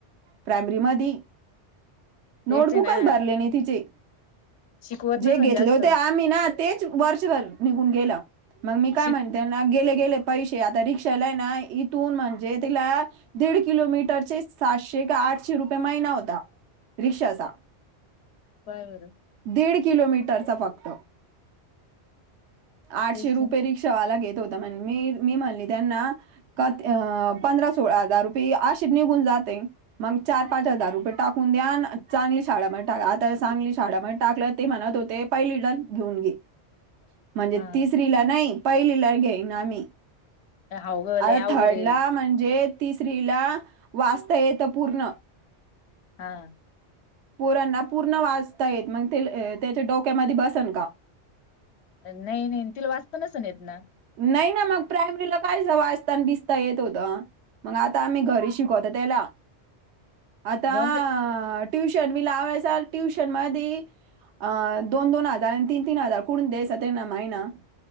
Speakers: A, on the right; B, on the left.
A: प्रायमरी मधी.
B: तेच
A: नोटबुकच
B: आहे ना
A: भरले नाही तिचे...
B: शिकवत
A: जे
B: नसन
A: घेतले
B: जास्त
A: होते आम्ही ना तेच वर्षभर निघून गेलं... मग मी काय
B: शिक
A: म्ह त्यांना गेले गेले पैसे... आता रिक्षाला ए ना इथून म्हणजे तिला दीड किलोमीटरचे सातशे का आठशे रुपये महिना होता. रिक्षाचा.
B: पहाय बरं.
A: दीड किलोमीटरचा फक्त. आठशे
B: तेच
A: रुपये रिक्षावाला घेत होता... म्हण मी मी म्हणली त्यांना कां... अं... पंधरा सोळा हजार रुपये... अशे निघून जातील. मग चार पाच हजार रुपये टाकून द्या... अन चांगली शाळामध्ये टाका... आता चांगली शाळामध्ये टाकल्यावर ते म्हणत होते... पहिलीडन घेऊन घे. म्हणजे
B: हा
A: तिसरीला नई... पहिलीला घेईना मी.
B: अवघड
A: आता
B: लय अवघड
A: थर्डला
B: आहे
A: म्हणजे... तिसरीला वाचता येतं पूर्ण.
B: हां.
A: पोरांना पूर्ण वाचता येत... मग ते त्याच्या डोक्यामध्ये बसन का?
B: नई नई.... तिला वाचता नसण येत ना?
A: नई ना मग... प्रायमरीला कायचं वाचता अन बिचता येत होतं मग आता आम्ही घरी शिकवतो त्याला. आता
B: जाऊन दे
A: ट्युशन बी लावायचा... ट्युशन मधी अ दोन दोन हजार तीन तीन हजार कुून दे्यास माहिना